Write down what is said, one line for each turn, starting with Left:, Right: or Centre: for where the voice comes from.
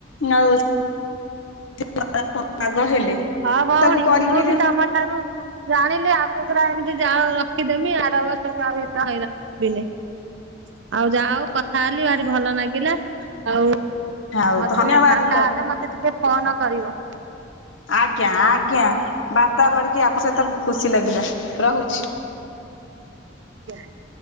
Left: ଆଉ <unintelligible> ପାଗ ହେଲେ
Right: ହଁ ଭଉଣୀ,
Left: ତାକୁ କରିକିରି
Right: ମୁଁ ବି ତମ ଠାରୁ ଜାଣିଲି, ଆଗତୁରା ଏମିତି ଜାଳ ରଖିଦେମି, ଆର ବର୍ଷକୁ ଆଉ ଏତେ ହଇରାଣ ଆଉ, ଯାହା ହଉ କଥା ହେଲି, ଭାରି ଭଲ ନାଗିଲା, ଆଉ
Left: ଆଉ
Right: ମଝିରେ
Left: ଧନ୍ୟବାଦ
Right: ଫାଙ୍କା
Left: ଭଉଣୀ
Right: ହେଲେ, ମତେ ଟିକେ ଫୋନ କରିବ।
Left: ଆଜ୍ଞା ଆଜ୍ଞା, ବାର୍ତ୍ତା କରିକି ଆପ ସହିତ ଖୁସି ଲାଗିଲା, ରହୁଛି।
Right: <unintelligible>